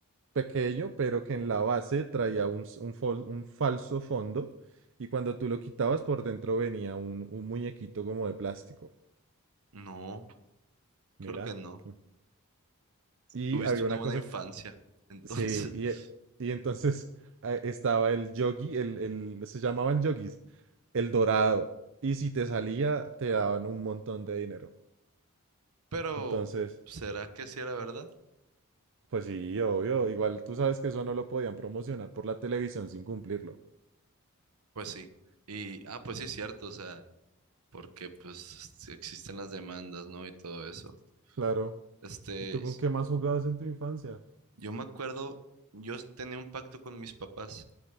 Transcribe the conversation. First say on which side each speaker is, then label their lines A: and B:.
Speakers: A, on the right (about 60°); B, on the right (about 80°).
A: pequeño, pero que en la base traía un, s- un fol- un falso fondo. Y cuando tú lo quitabas, por dentro venía un, un muñequito como de plástico.
B: No, creo
A: Mira.
B: que no.
A: qué- Y
B: Tuviste
A: había
B: una
A: una
B: buena
A: cosa.
B: infancia, entonces.
A: Sí,
B: <laughs>
A: y, e- y entonces eh, estaba el yogi, el, el- se llamaban yogis, el dorado. Y si te salía, te daban un montón de dinero.
B: Pero,
A: Entonces,
B: ¿será que sí era verdad?
A: pues sí, obvio. Igual tú sabes que eso no lo podían promocionar por la televisión sin cumplirlo.
B: Pues sí. Y, ah, pues sí es cierto, o sea, porque pues existen las demandas, ¿no? Y todo eso.
A: Claro.
B: Este,
A: ¿Y tú con
B: s-
A: qué más jugabas en tu infancia?
B: Yo me acuerdo, yo tenía un pacto con mis papás.